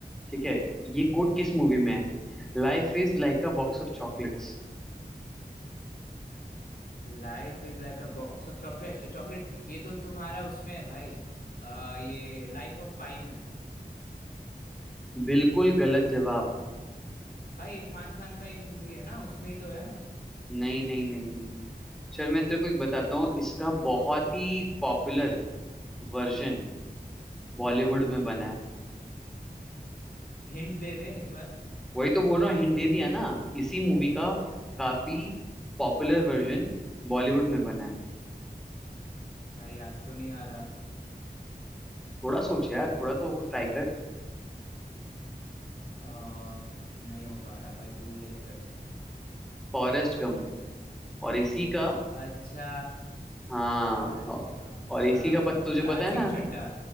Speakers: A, in the centre; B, on the left.
A: ठीक है ये कोट किस मूवी में है Life is like a box of chocolates
B: Life is like a box of chocolate chocolate ये तो तुम्हारा उसमें है भाई आ, ये लाइफ ऑफ पाई में है
A: बिल्कुल गलत जवाब
B: भाई इरफान खान का एक मूवी है ना उसमें ही तो है
A: नहीं नहीं नहीं नहीं चल मैं तेरे को एक बताता हूँ इसका बहुत ही पॉपुलर वर्जन बॉलीवुड में बना है
B: हिंट दे दे एक बार
A: वही तो बोल रहा हूँ हिंट दे दिया ना इसी मूवी का काफी पॉपुलर वर्जन बॉलीवुड में बना है
B: भाई याद तो नहीं आ रहा
A: थोड़ा सोच यार थोड़ा तो ट्राई कर
B: आ, नहीं हो पा रहा भाई तू हेल्प कर दे
A: फॉरेस्ट गम और इसी का
B: अच्छा
A: हाँ
B: फॉरेस्ट
A: औ-
B: गंप
A: और इसी
B: हाँ
A: का पत तुझे
B: लाल
A: पता है ना
B: सिंह चड्ढा